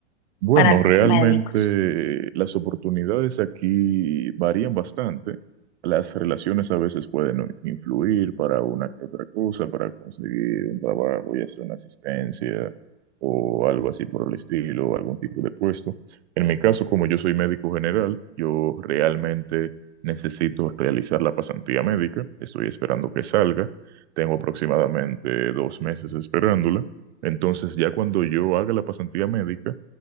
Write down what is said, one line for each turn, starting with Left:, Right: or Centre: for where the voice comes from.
Right: Bueno,
Left: para los
Right: realmente
Left: médicos?
Right: las oportunidades aquí varían bastante. Las relaciones a veces pueden influir para una que otra cosa, para conseguir un trabajo, ya sea una asistencia o algo así por el estilo, o algún tipo de puesto. En mi caso, como yo soy médico general, yo realmente necesito realizar la pasantía médica. Estoy esperando que salga. Tengo aproximadamente dos meses esperándola. Entonces, ya cuando yo haga la pasantía médica,